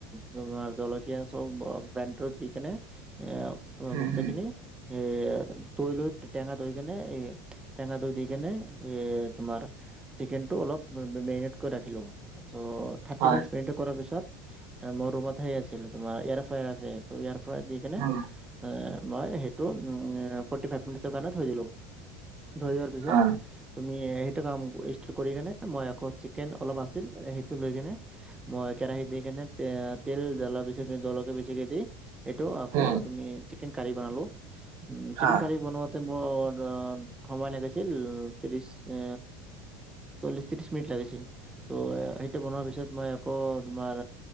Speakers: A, on the right (about 15°); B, on the right (about 65°).
A: তোমাৰ জলকীয়া চব ব্ৰেনত দি কেনে এ তোমাৰ
B: উম উম
A: বতিকিনি
B: উম
A: এ দৈ লৈ টেঙা দৈ কেনে এই টেঙা দৈ দি কেনে এ তোমাৰ চিকেনটো অলপ মেৰিনেট কৰি ৰাখিলোঁ। চ' থাৰটিমিনিটচ
B: হয়
A: মেৰিনেট কৰাৰ পিছত মোৰ ৰুমত আছিল তোমাৰ এয়াৰ ফ্ৰেৰাই আছে চ এয়াৰ ফ্ৰেৰাই দি কিনে
B: উম
A: এ মই সেইটো উম এ ফৰটি ফাইভ মিনিটৰ কাৰণে থৈ দিলোঁ, থৈ দিয়াৰ পিছত
B: হয়
A: আমি সেইটো কাম ষ্ট'ৰ কৰি কেনে মই আকৌ চিকেন অলপ আছিল সেইটো লৈ কেনে মই কেৰাহিত দি কেনে তে এ তেল জ্বলা জলকীয়া বেছিকে দি এইটো আকৌ
B: উম
A: তুমি চিকেনকাৰী বনালো, চিকেন
B: হয়
A: কাৰী বনাওঁতে মোৰ আহ সময় লাগিছিল ত্ৰিছ এ চল্লিশ-ত্ৰিশ মিনিট লাগিছিল। ত' সেইটো বনোৱাৰ পিছত মই আকৌ তোমাৰ